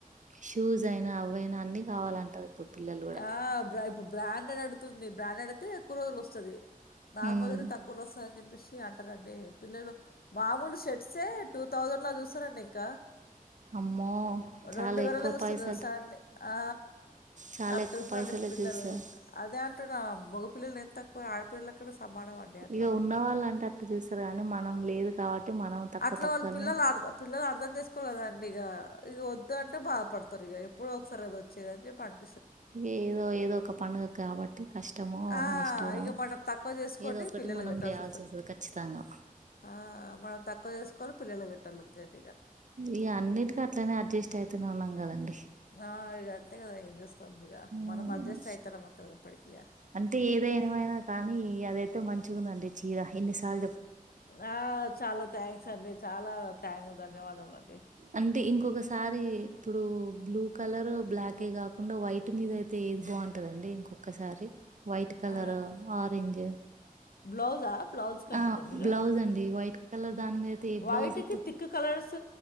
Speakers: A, on the right; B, on the left.
A: షూస్ అయినా అవ అయినా అన్ని కావాలంటారు ఇప్పుడు పిల్లలు కూడా
B: ఆ బ్రా బ్రాండెడ్ అడుతుంది బ్రాండడ్ అయితే ఎక్కువ రోజులు వస్తుంది నార్మల్తే
A: హ్మ్
B: తక్కువ లో వస్తుందని చెప్పేసి అంటారంండి పిల్లలు మామూలు షెర్ట్సే టూ థౌజండ్ లో చూస్తారంండి ఇంకా
A: అమ్మో చాలా
B: రెండు వేలల్లో
A: ఎక్కువ
B: చూస్తారు
A: పైసలు
B: తెలుసా అండి ఆ
A: చాలా
B: అట్ంటడి
A: ఎక్కువ పైసలే
B: పిల్లలు
A: చూస్తారు
B: అదే అంటున్నా మగ పిల్లలు ఎం తక్కువ ఆడపిల్లల కన్నా సమానం అండి అట్లా
A: ఇక
B: అంటున్నా
A: ఉన్న వాళ్ళంటే అట్ చూసారు కానీ మనం లేదు కాబట్టి మనం తక్కువ
B: అట్లా
A: తక్కువనే
B: వాళ్ళు పిల్లలు అర్ పిల్లలు అర్థం చేసుకోరుకోదండి ఇక ఇ వద్దు అంటే బాధపడతారు ఇ ఇప్పుడు ఒకసారి అదిచ్చది అని చెప్ప అంట
A: ఏదో ఏదో ఒక పండుగ కాబట్టి కష్టమో
B: ఆ
A: నిశ్తురమో
B: ఇక మనం తక్కువ చేసుకొని
A: ఏదో ఒకటి
B: పిల్లలకు
A: మనం
B: పెట్టాల్సి
A: చేయాల్సి వస్తుంది ఖచ్చితంగా
B: ఆ మనం తక్కువ చేసుకోవాలి పిల్లలు పెట్టాలింతేని
A: ఈ అన్నిటికి అట్లనే అడ్జస్ట్ అయితేనే ఉన్నాం కదండి
B: ఆ ఇక అంతే కదా ఏంచేస్తాం ఇక
A: మ్మ్
B: మనం అడ్జస్ట్ ఐతన్నం అంటావ్ ఎప్పటికీ ఇగ
A: అంటే ఏది ఏమైనా కానీ మంచిగా ఉండండి చీర ఇన్నిసాల
B: ఆ చాలా థ్యాంక్స్ అండి చాలా థ్యాంక్ ధన్యవాదములు అండి
A: అంటే ఇంకొకసారి ఇప్పుడు బ్లూ కలర్ బ్లాకే కాకుండా వైట్ మీద అయితే ఏది బాగుంటదండి ఇంకొక్కసారి వైట్ కలర్
B: ఆ!
A: ఆరెంజ్
B: బ్లౌజా బ్లౌజ్ కంటారా
A: ఆ
B: మీరు
A: బ్లౌజ్ అండి వైట్ కలర్ దాని మీదతే
B: వైట్‌కి
A: బ్లౌజస్ ఎత్
B: థిక్ కలర్స్